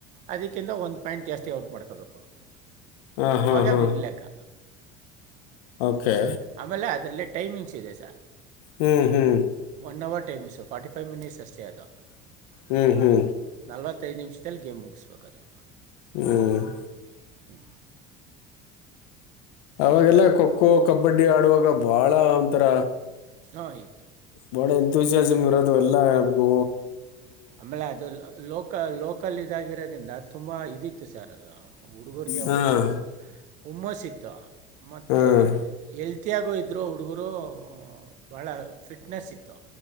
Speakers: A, on the right; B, on the left.
A: ಅದಕ್ಕಿಂತ ಒಂದು ಪಾಯಿಂಟ್ ಜಾಸ್ತಿ ಔಟ್ ಮಾಡ್ಕೋಬೇಕು
B: ಹಾಂ ಹಾಂ
A: ಅವಾಗ
B: ಹಾಂ
A: ವಿನ್ ಲೆಕ್ಕ
B: ಓಕೆ
A: ಆಮೇಲೆ ಅದರಲ್ಲಿ ಟೈಮಿಂಗ್ಸ್ ಇದೆ ಸರ್
B: ಹ್ಞೂ ಹ್ಞೂ
A: one hour timings forty five minutes ಅಷ್ಟೇ ಅದು
B: ಹ್ಞೂ ಹ್ಞೂ
A: ನಲ್ವತ್ ತ್ತೈದು ನಿಮಿಷದಲ್ಲಿ ಗೇಮ್ ಮುಗ್ಸ್ಬೇಕದು
B: ಹ್ಮ್
A: ಹ್ಮ್
B: ಅವಾಗೆಲ್ಲ ಖೋ ಖೋ ಕಬಡ್ಡಿ ಆಡುವಾಗ ಬಾಳ ಒಂಥರ
A: ಆಯ್ತು
B: ಬಾಳ ಎಂತೂಸಿಯಾಸಮ್ ಇರೋದು ಎಲ್ಲ ಬು
A: ಆಮೇಲೆ ಅದು ಲೋಕ ಲೋಕ್ ಕಲ್ಲಿಗಾಗ್ ಇರೋದ್ರಿಂದ ತುಂಬ ಇದಿತ್ತು ಸರ್ ಅದು ಹುಡುಗರಿಗೆ
B: ಹಾಂ
A: ಒಂದು ಹುಮ್ಮಸ್ಸಿತ್ತು ಮತ್ತೆ
B: ಹಾಂ
A: ಎಲ್ತ್ ತಿಯಾಗೂ ಇದ್ರು ಹುಡುಗುರು ಬಾಳ ಫಿಟ್ನೆಸ್ ಇತ್ತು